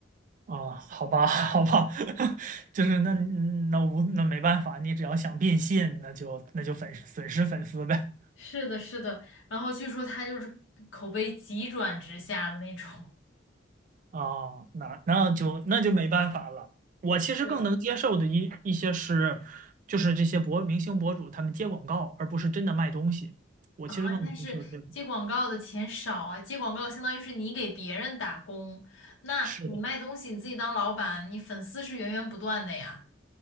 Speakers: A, on the right; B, on the left.
A: 啊？好吧，<laughs> 好吧，<laughs> 就是那嗯那无那没办法，你只要想变现，那就那就粉损失粉丝呗。
B: 是的，是的。然后据说他就是口碑急转直下的那种
A: 哦，那那就那就没办法了。我其实更能接受的一一些是，
B: 对，
A: 就是这些博明星博主他们接广告，而不是真的卖东西。
B: <laughs>
A: 我其实更能接受这种。
B: 啊，但是接广告的钱少啊，接广告相当于是你给别人打工，那你卖东西你自己当老板，
A: 是的，
B: 你粉丝是源源不断的呀。